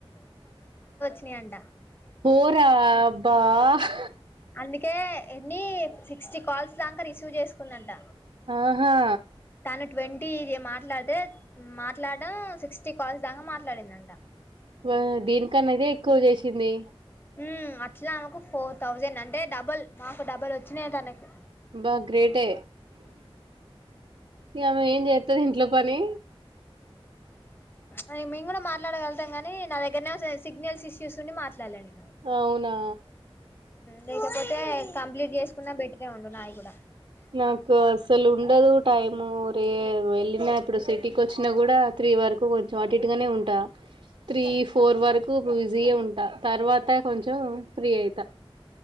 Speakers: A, on the left; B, on the right.
A: నండా
B: హోరాబ్బా ఆహ్
A: అందుకే ఎన్ని సిక్స్టీ కాల్స్ దాకా రిసీవ్ చేసుకుందంట
B: ఆహా
A: న ట్వంటీ ఇది మాట్లాడితే మాట్లాడం సిక్స్టీ కాల్స్ దాకా మాట్లాడిందంట
B: ఆ దీనికన్నా ఇదే ఎక్కువ చేసింది
A: ఊమ్ అట్లా అనకు ఫోర్ థౌజండ్ అంటే డబల్ మాకు డబల్ వచ్చినయి తనకి
B: బా గ్రేటే ఇమె ఏం చేస్తది ఇంట్లో పని
A: అని మేము కూడా మాట్లాడగలుగుతాం కానీ నా దగ్గరనే సిగ్నల్స్ ఇష్యూస్ని మాట్లాడలేండి
B: అవునా
A: లేకపోతే కంప్లీట్ చేసుకున్నా బెటరే ఉండు నాయి. గూడ
B: నాకు అస్సలు ఉండదూ టైమూ. వే వెళ్ళినా ఇప్పుడు సిటి వచ్చినా గుడా త్రీ వరక్ కు కొంచెం అటు ఇటుగానే ఉంటా. త్రీ ఫోర్
A: మ్మ్
B: వరకూ బిజీఏ ఉంట్ త తర్వాత కొంచెం ఫ్రీ అయితా.